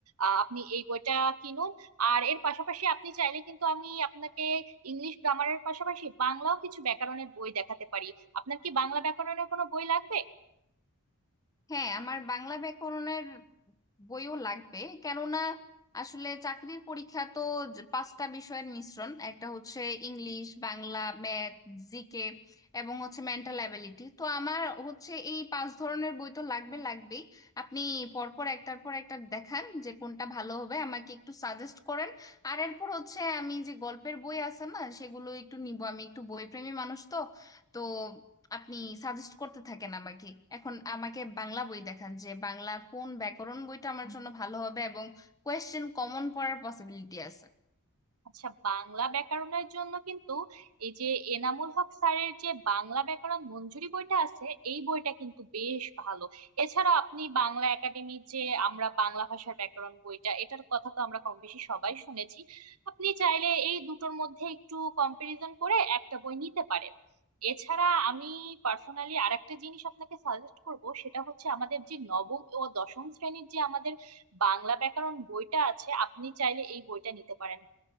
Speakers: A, on the right; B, on the left.
A: আহ, আপনি এই বইটা কিনুন আর এর পাশাপাশি আপনি চাইলে কিন্তু আমি আপনাকে ইংলিশ গ্রামারের পাশাপাশি বাংলাও কিছু ব্যাকরণের বই দেখাতে পারি আপনার কি বাংলা ব্যাকরণের কোনো বই লাগবে
B: হ্যাঁ আমার বাংলা ব্যাকরণের বইও লাগবে কেননা আসলে চাকরির পরীক্ষা তো জ- পাঁচটা বিষয়ের মিশ্রণ একটা হচ্ছে ইংলিশ বাংলা ম্যাথ জিকে এবং হচ্ছে মেন্টাল অ্যাবিলিটি তো আমার হচ্ছে এই পাঁচ ধরনের বই তো লাগবে লাগবেই আপনি পরপর একটার পর একটা দেখান যে কোনটা ভালো হবে আমাকে একটু সাজেস্ট করেন আর এরপর হচ্ছে আমি যে গল্পের বই আছে না সেগুলো একটু নিব আমি একটু বইপ্রেমী মানুষ তো তো আপনি সাজেস্ট করতে থাকেন আমাকে এখন আমাকে বাংলা বই দেখান যে বাংলা কোন ব্যাকরণ বইটা আমার জন্য ভালো হবে এবং কোয়েশ্চেন কমন পড়ার পসিবিলিটি আছে
A: আচ্ছা বাংলা ব্যাকরণের জন্য কিন্তু এই যে এনামুল হক স্যারের যে বাংলা ব্যাকরণ মঞ্জুরি বইটা আছে এই বইটা কিন্তু বেশ ভালো এছাড়াও আপনি বাংলা একাডেমির যে আমরা বাংলা ভাষার ব্যাকরণ বইটা এটার কথা তো আমরা কম বেশি সবাই শুনেছি আপনি চাইলে এই দুটোর মধ্যে একটু কম্পারিজন করে একটা বই নিতে পারেন এছাড়া আমি পার্সোনালি আরেকটা জিনিস আপনাকে সাজেস্ট করব সেটা হচ্ছে আমাদের যে নবম ও দশম শ্রেণীর যে আমাদের বাংলা ব্যাকরণ বইটা আছে আপনি চাইলে এই বইটা নিতে পারেন